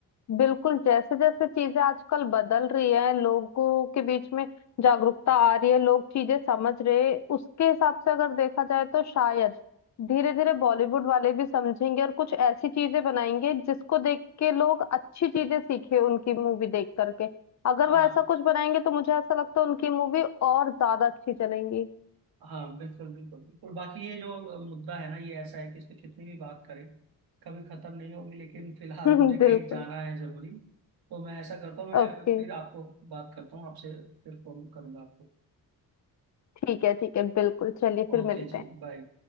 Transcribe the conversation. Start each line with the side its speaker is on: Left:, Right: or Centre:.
Left: बिल्कुल जैसे जैसे चीजें आजकल बदल रही है लोगों के बीच में जागरूकता आ रही है लोग चीजें समझ रहे हैं, उसके हिसाब से अगर देखा जाए तो शायद धीरे धीरे बॉलीवुड वाले भी समझेंगे और कुछ ऐसी चीजें बनाएंगे जिसको देख के लोग अच्छी चीजें सीखे उनकी मूवी देख करके अगर
Right: हाँ
Left: वो ऐसा कुछ बनाएंगे तो मुझे ऐसा लगता है उनकी मूवी और ज्यादा अच्छी चलेंगी
Right: हाँ बिल्कुल बिल्कुल बिल्कुल बाकी ये जो अ, मुद्दा है ना ये ऐसा है कि इस पे कितनी भी बात करें कभी खत्म नहीं होगी लेकिन फिलहाल
Left: <laughs>
Right: मुझे कहीं
Left: बिल्कुल
Right: जाना है जरूरी तो मैं ऐसा करता हूँ मैं
Left: ओके
Right: फिर आपको बात करता हूँ आपसे फिर फोन करूंगा आपको
Left: ठीक है ठीक है बिल्कुल चलिए फिर
Right: ओके
Left: मिलते
Right: जी
Left: हैं
Right: बाय